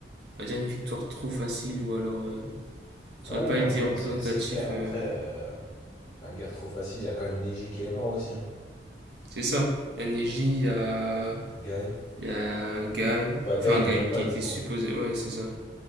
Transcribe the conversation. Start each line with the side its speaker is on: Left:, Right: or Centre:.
Right: on va dire une victoire trop facile ou alors euh, ça
Left: ouais,
Right: aurait pas
Left: non,
Right: été
Left: non,
Right: représentatif.
Left: c'est, c'est clair. Après,
Right: euh,
Left: euh, enfin, guerre trop facile, il y a quand même Neji qui est mort aussi, hein.
Right: c'est ça. Il y a Neji, il y a,
Left: Guy.
Right: il y a Guy,
Left: Pas Guy,
Right: enfin
Left: il
Right: Guy
Left: meurt pas,
Right: qui
Left: du
Right: était
Left: coup.
Right: supposé, ouais c'est ça.